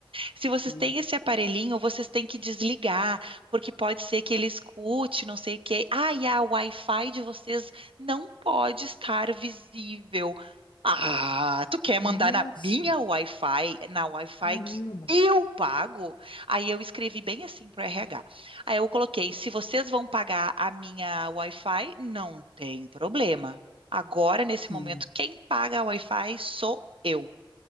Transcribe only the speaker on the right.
Se vocês
têm esse aparelhinho, vocês têm que desligar, porque pode ser que ele escute, não sei o quê. Ah, e a Wi-Fi de vocês não pode estar visível. Ah, tu quer
mandar na minha Wi-Fi, na Wi-Fi
que eu pago? Aí eu escrevi bem assim pro RH. Aí eu coloquei, se vocês vão pagar a minha Wi-Fi, não tem problema. Agora, nesse
momento, quem paga a Wi-Fi sou eu.